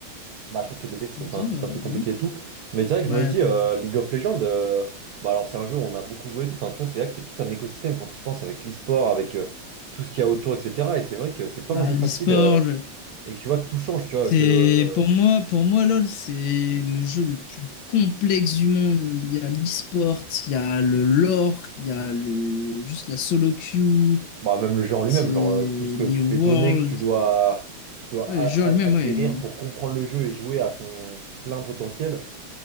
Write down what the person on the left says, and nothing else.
Putain,
bah,
dis donc.
Ouais,
après,
bah,
l'e-sport,
le-
c'est
pour
moi, pour moi, LoL, c'est le jeu le plus complexe du monde. Il y a l'e-sport, il y a le lore, il y a le juste la solo queue,
c'est les
worlds.
Ouais, le
jeu en
lui-même,
ouais.